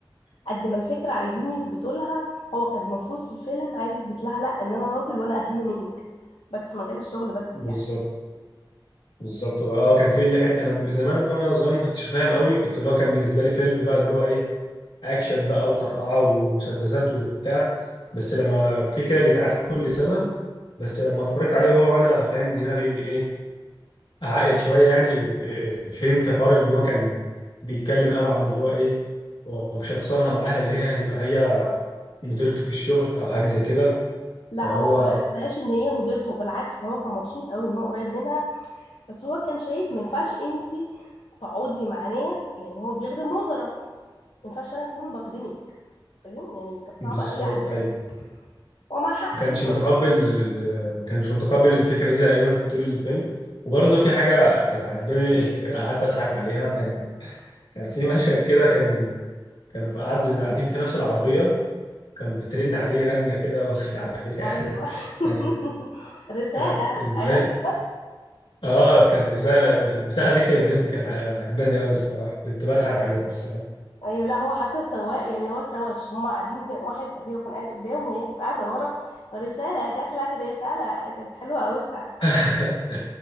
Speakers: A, on the left; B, on the left.
A: قد ما الفكرة عايزين يثبتوا لها هو كان المفروض في الفيلم عايز يثبت لها لا إن أنا راجل وأنا أهم منك بس في مجال الشغل بس
B: بالظبط
A: يعني
B: بالظبط هو اه كان في اللي حته انا زمان وانا صغير ما كنتش فاهم قوي كنت اللي هو كان بالنسبه لي فيلم بقى اللي هو ايه اكشن بقى وطرقعه ومسدسات وبتاع بس لما اوكي كده بيتعاد كل سنه بس لما اتفرجت عليه وهو وانا فاهم دماغي ايه عاقل شويه يعني إيه، إيه، فهمت حوار ان هو كان بيتكلم قوي عن اللي هو ايه ومشخصنها معاها اللي هي هتبقى هي مديرته في الشغل او حاجه زي كده
A: لا
B: فهو
A: هو ما حسهاش إن هي مديرته بالعكس ده هو كان مبسوط قوي إن هو قريب منها بس هو كان شايف ما ينفعش أنت تقعدي مع ناس يعني هو بيخدم وزراء ما ينفعش أنا أكون بخدمك فاهم يعني كانت صعبة
B: بالظبط
A: قوي عليه
B: ايوه
A: ومع حق
B: ما كانش
A: فيه
B: متقبل ال- ما كانش متقبل الفكره دي تقريبا طول الفيلم وبرضه في حاجه كانت عاجباني <laughs> قعدت اضحك عليها كان كان في مشهد كده كان كانوا في قاعد- قاعدين في نفس العربيه كان بترن عليه رنه كده <laughs> ومش عارف ايه كان
A: ايوه
B: كان
A: <laughs> رساله
B: كان- الم-
A: ايوه
B: اه كانت رساله البتاعه دي كانت بجد كانت عاجباني قوي الصراحه كنت بضحك عليها الصراحه
A: ايوه لا هو حتى السواق يعني اللي هو اتروش هم قاعدين جا- واحد هي كان قاعد قدام وهي كانت قاعده ورا رساله جات لك رساله كانت حلوه قوي فعلا
B: <laughs>